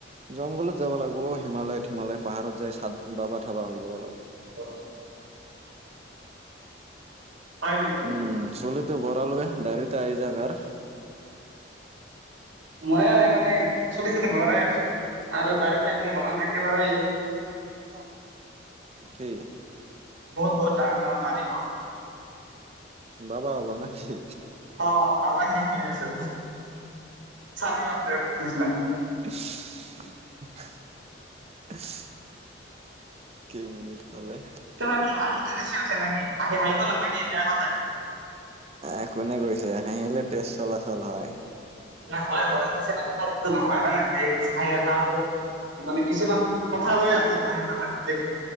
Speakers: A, on the right; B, on the right.
A: জংঘলত যাব লাগব' অ। হিমালয়ত হিমালয় পাহাৰত যাই চাট বাবা থাবা হৈ যাব লাগব'।
B: অ। হয় নেকি?
A: উম চুলিতো বৰালোৱে দাইৰেক তাই জাগাৰ।
B: মই মানে চুলি চুলি ভৰাই আছো। আৰু দাড়িটো এনেকে বনাম একেবাৰে এ
A: <unintelligible> কি?
B: বহুত বহুত ডাঙৰ ডাঙৰ দাড়ি হক।
A: বাবা হ'বা না কি?
B: অ বাবাই হয় আছো, স্বামী ৰামদেৱ নিচিনা।
A: <unintelligible> কেই মিনিট হ'লে?
B: তোমাৰ কি হাঁহিটো বেছি উঠে নেকি? হা হাহিব নালাগে বেয়া কথা।
A: এ কোনে কৈছে? হাহিলে তেজ চলাচল হয়।
B: দিয়া হয় হয়। কিছুমান কথাতটো নহয় না সেই হাহি থাকাটো মানে কিছুমান কথা লৈ আছে হাহিব কাৰণে তে